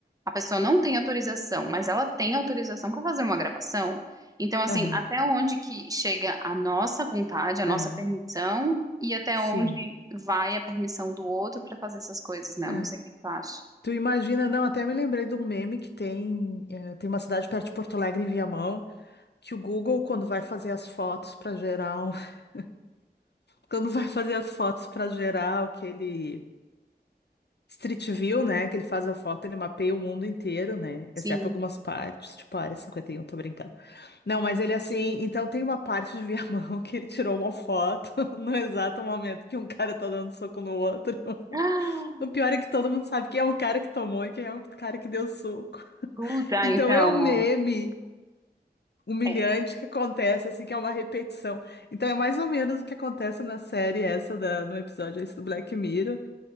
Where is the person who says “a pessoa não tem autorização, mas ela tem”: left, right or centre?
Right